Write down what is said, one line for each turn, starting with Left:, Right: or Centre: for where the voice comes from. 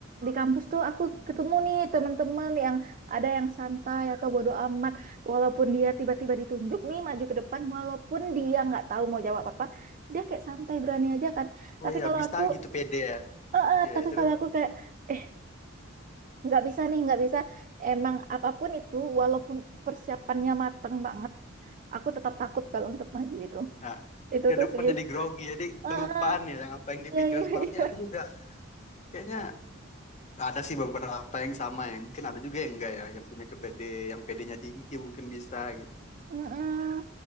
Right: di kampus tuh aku ketemu nih teman-teman yang ada yang santai atau bodo amat. Walaupun dia tiba-tiba ditunjuk nih maju ke depan, walaupun dia nggak tahu mau jawab apa, dia kayak santai berani aja kan.
Left: <laughs>
Right: Tapi
Left: oh ya
Right: kalau
Left: bisa
Right: aku
Left: gitu pede ya
Right: Eh, eh,
Left: ya
Right: tapi
Left: terus
Right: kalau aku kayak eh nggak bisa nih nggak bisa emang apapun itu walaupun persiapannya mateng banget aku tetap takut kalau untuk maju itu
Left: nah
Right: itu
Left: di
Right: tuh
Left: depan
Right: sih
Left: jadi grogi jadi kelupaan
Right: Eh, eh,
Left: ya yang apa yang
Right: <laughs>
Left: dipikirin
Right: iya iya
Left: semalamnya
Right: iya
Left: aku juga kayaknya Ada sih beberapa yang sama ya. Mungkin ada juga yang enggak ya, yang punya ke PD, yang PD-nya tinggi mungkin bisa gitu.
Right: Mm-mm.